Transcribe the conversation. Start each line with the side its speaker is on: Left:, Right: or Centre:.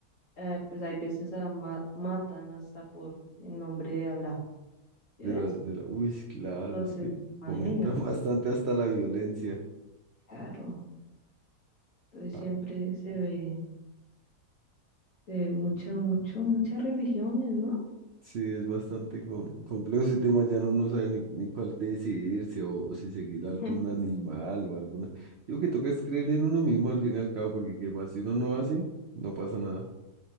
Left: eh, pues hay veces a ma- matan hasta por el nombre de Alá, ¿sí
Right: De
Left: ves?
Right: la, de la- Uy, sí, claro,
Left: Entonces,
Right: es que
Left: imagínate,
Right: comentan <laughs> bastante hasta la violencia.
Left: claro. Entonces
Right: Ah,
Left: siempre se ve, se ve mucha, mucho, muchas religiones, ¿no?
Right: sí, es bastante com- complejo ese tema, ya no uno no sabe ni, ni cuál decidirse o, o si seguir algún
Left: <laughs>
Right: animal o alguna. Yo que toca es creer en uno mismo al fin y al cabo, porque qué más, si uno no hace, no pasa nada.